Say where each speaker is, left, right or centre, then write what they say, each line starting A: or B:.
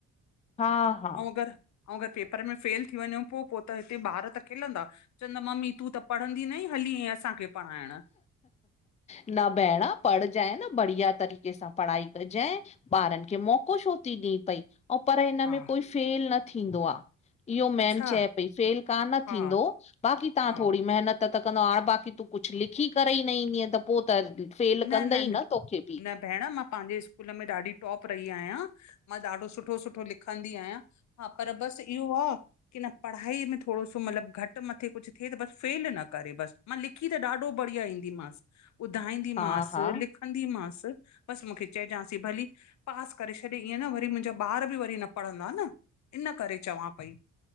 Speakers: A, on the left (about 20°); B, on the left (about 65°).
A: हा हा
B: ऐं अगरि, ऐं, अगरि पेपर में फेल थी वञो पोइ। पोइ त हिते ॿार त खेिलंदा। चवंद ममी तूं त पढ़ंदी नई, हली आएं असांखे पढ़ाइण।
A: न भेण पढ़जांइ, न बढ़िया तरीक़े सां पढ़ाई कजां। ॿारनि खे मौक़ो छो थी ॾेए पई। ऐं पर हिन
B: हा
A: में कोई फेल न थींदो आ। इहो मैम
B: अच्छा
A: चए पई। फेल कान
B: हा
A: थींदो। बाक़ी तव्हां
B: हा
A: थोरी महिनत त, त कंदो हाणे, बाक़ी तूं कुझु लिखी करे ई न ईंदीअ त पोइ त? फेल
B: न,
A: कंदई
B: न,
A: तोखे बि
B: न भेण मां पंहिंजे स्कूल में ॾाढी टॉप रही आहियां। मां ॾाढो सुठो, सुठो लिखंदी आहियां। हा! पर बसि इहो आ की, न पढ़ाईअ में थोरो सो, मतलब घटि मथे कुझु थिए त। बस फेल न करे बस। मां लिखी त ॾाढो बढ़िया ईंदीमसि। ॿुधाईंदीमसि।
A: हा हा
B: लिख, कंदी मांस, बसि मूंखे चइजांसि भली पास करे छॾे। ईअं न वरी मुंहिंजा ॿार बि वरी न पढ़ंदा न। इन करे चवां पई?